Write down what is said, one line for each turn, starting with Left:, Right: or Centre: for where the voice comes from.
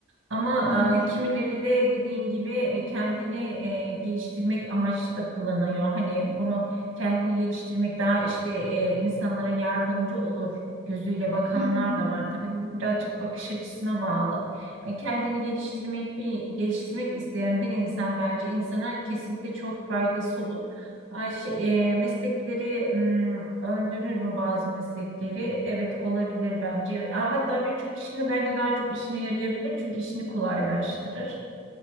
Right: Ama
Centre: Hı hı,
Right: e, kimileri de dediğin gibi e, kendini e, geliştirmek amaçlı da kullanıyor. Hani bunu kendini geliştirmek daha işte e, insanlara yardımcı olur gözüyle bakanlar
Centre: hı hı.
Right: da var. Tabii bu birazcık bakış açısına bağlı. E, kendini geliştirmek bir geliştirmek isteyen bir insan bence insana kesinlikle çok faydası olur. Ayşe, e, meslekleri m, öldürür mü bazı meslekleri? Evet olabilir bence. A- Hatta birçok kişinin bence daha çok işine yarayabilir çünkü işini kolaylaştırır.